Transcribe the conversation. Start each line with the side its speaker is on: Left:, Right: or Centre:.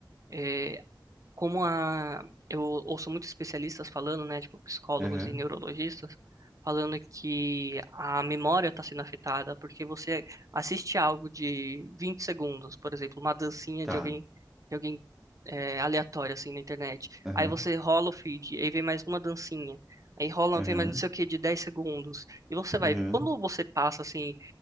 Right: é como a eu ouço muitos especialistas falando, né, tipo psicólogos
Centre: Aham,
Right: e neurologistas falando que a memória está sendo afetada porque você assiste algo de 20 segundos, por exemplo, uma dancinha
Centre: tá.
Right: de alguém de alguém é, aleatório assim na internet.
Centre: Aham,
Right: Aí você rola o feed, aí vem mais uma dancinha. Aí rola,
Centre: aham,
Right: vem mais não sei o que de 10 segundos. E você vai,
Centre: aham.
Right: quando você passa assim